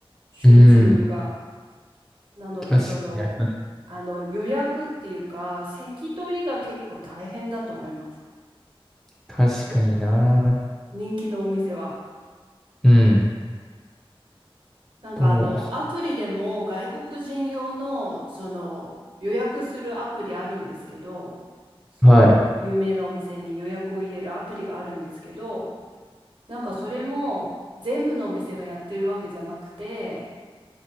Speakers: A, on the right; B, in the centre.
A: 集中が。
B: うん。
A: なのでその、
B: 確かにあります。
A: あの予約っていうか席取りが結構大変だと思います
B: 確かにな。
A: 人気のお店は。
B: うん。
A: なんかあの、
B: と、
A: アプリでも外国人用の、その、予約するアプリあるんですけど、その、
B: はい。
A: 有名なお店に予約を入れるアプリがあるんですけど、なんかそれも全部のお店がやってるわけじゃなくて、